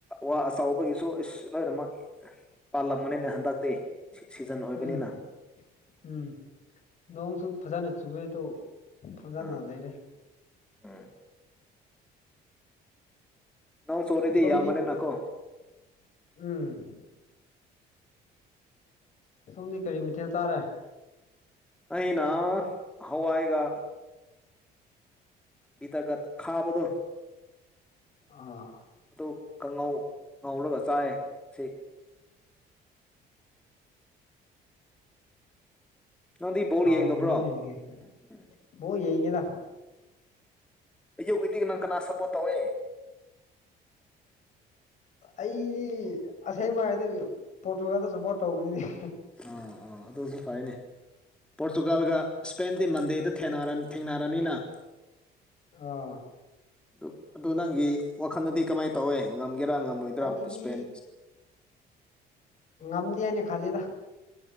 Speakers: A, in the centre; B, on the left (about 45°).
A: ꯋꯥ ꯑꯆꯧꯕꯒꯤꯁꯨ ꯏꯁ ꯂꯣꯏꯅꯃꯛ ꯄꯥꯜꯂꯝꯒꯅꯤꯅꯦ ꯍꯟꯗꯛꯇꯤ ꯁꯤꯖꯟ ꯑꯣꯏꯕꯅꯤꯅꯥ
B: ꯎꯝ ꯎꯝ ꯅꯣꯡꯁꯨ ꯐꯥꯖꯅ ꯆꯨꯋꯦ ꯑꯗꯨ ꯐꯥꯖꯅ
A: ꯑꯥ
B: ꯂꯩꯔꯦ
A: ꯎꯝ ꯅꯣꯡ ꯆꯨꯔꯤꯗꯤ
B: ꯁꯣꯝꯗꯤ
A: ꯌꯥꯝꯕꯅꯦꯅꯀꯣ
B: ꯎꯝ ꯁꯣꯝꯗꯤ ꯀꯔꯤ ꯃꯊꯦꯜ ꯆꯥꯔꯦ
A: ꯑꯩꯅ ꯍꯋꯥꯏꯒ ꯒꯤꯇ꯭ꯔꯒ ꯈꯥꯕꯗꯣ
B: ꯑꯥ
A: ꯑꯗꯨ ꯀꯪꯉꯧ ꯉꯧꯔꯒ ꯆꯥꯏ ꯉꯥꯁꯤ ꯅꯪꯗꯤ ꯕꯣꯜ
B: ꯍꯥꯎꯕꯅꯤꯅꯦ
A: ꯌꯦꯡꯗꯕ꯭ꯔꯣ
B: ꯗꯨꯗꯤ
A: ꯎꯝ
B: ꯕꯣꯜ ꯌꯦꯉꯤꯔꯥ
A: <unintelligible> ꯀꯅꯥ ꯁꯞꯄꯣꯔꯠ ꯇꯧꯋꯦ
B: ꯑꯩꯗꯤ ꯑꯁꯦꯡꯕꯥ ꯍꯥꯏꯔꯗꯤ ꯄ꯭ꯔꯣꯇꯨꯒꯜꯗ ꯁꯞꯄꯣꯔꯠ ꯇꯧꯕꯅꯤꯅꯦ
A: ꯑꯥ ꯑꯥ ꯑꯗꯨꯁꯨ ꯐꯥꯔꯦꯅꯦ ꯄ꯭ꯔꯣꯇꯨꯒꯜꯒ ꯏꯁꯄꯦꯟꯗꯤ ꯃꯟꯗꯦꯗ ꯊꯦꯅꯔ ꯊꯦꯡꯅꯔꯅꯤꯅꯥ
B: ꯑꯥ
A: ꯑꯗꯨ ꯑꯗꯨ ꯅꯪꯒꯤ ꯋꯥꯈꯜꯗꯥꯗꯤ ꯀꯃꯥꯏꯅ ꯇꯧꯋꯦ ꯉꯝꯒꯦꯔꯥ ꯉꯝꯃꯣꯏꯗ꯭ꯔꯥ
B: ꯑꯩꯗꯤ
A: ꯏꯁꯄꯦꯟ
B: ꯉꯝꯗꯦ ꯍꯥꯏꯅ ꯈꯜꯂꯤꯗꯥ